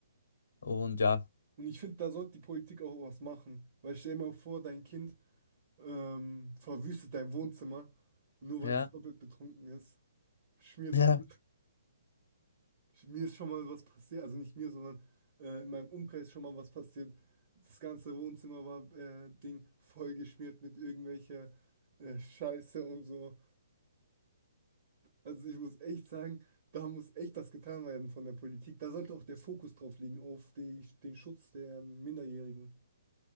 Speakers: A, on the left; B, on the right.
A: Und ja.
B: Und ich finde, da sollte die Politik auch was machen. Weil stell dir mal vor, dein Kind ähm, verwüstet dein Wohnzimmer, nur weil
A: Ja,
B: es komplett betrunken ist, schmiert
A: ja.
B: alles. Mir ist schon mal was passiert, also nicht mir, sondern äh, in meinem Umkreis schon mal was passiert. Das ganze Wohnzimmer war äh, Ding vollgeschmiert mit irgendwelcher äh, Scheiße und so. Also ich muss echt sagen, da muss echt das getan werden von der Politik. Da sollte auch der Fokus drauf liegen, auf die, den Schutz der Minderjährigen.